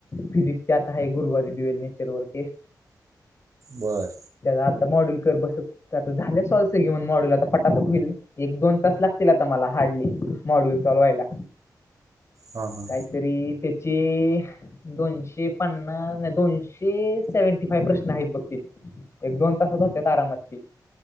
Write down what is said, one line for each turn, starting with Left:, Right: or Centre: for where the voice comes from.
Left: फिजिक्सचे आता आहे गुरुवारी दिवेल नेचरवर टेस्ट
Right: बरं
Left: त्या आता मॉडल कर बसतो तर आता झालं सॉलस घेऊन मॉड्यूल आता फटाफट होईल एक दोन तास लागतील आता मला हार्डली मॉड्यूल चालू व्हायला
Right: हा हा
Left: काहीतरी त्याचे दोनशे पन्नास नाही दोनशे सेव्हनटी फाईव्ह प्रश्न आहेत बघ ते एक दोन तासच असते आारामती